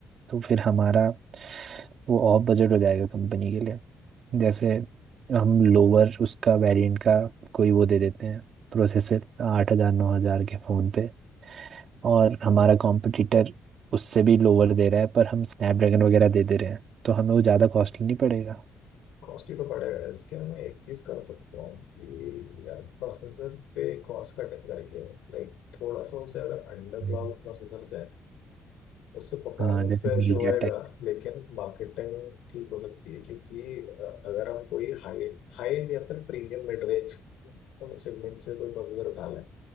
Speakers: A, on the right; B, on the left.
A: तो फिर हमारा वो ऑफ बजट हो जाएगा कंपनी के लिए जैसे हम लोअर उसका वेरिएंट का कोई वो दे देते हैं प्रोसेसर आठ हजार नौ हजार के फोन पे और हमारा कॉम्पिटिटर उससे भी लोअर दे रहा है पर हम स्नैपड्रैगन वगैरह दे दे रहे हैं तो हमें वो ज़्यादा कॉस्टली नहीं पड़ेगा
B: कॉस्टली तो पड़ेगा इसके लिए मैं एक चीज कर सकता हूँ कि यार प्रोसेसर पे कॉस्ट कटिंग करके लाइक थोड़ा सा उसे अगर अंडर
A: हम्म।
B: क्लाउड प्रोसेसर दें उससे परफॉर्मेंस
A: हाँ जैसे
B: पे इशू
A: मीडिया
B: होएगा
A: टेक
B: लेकिन मार्केटिंग ठीक हो सकती है क्योंकि अ, अगर हम कोई हाई हाई एंड या फिर प्रीमियम मिड रेंज सेगमेंट से कोई प्रोसेसर उठा लें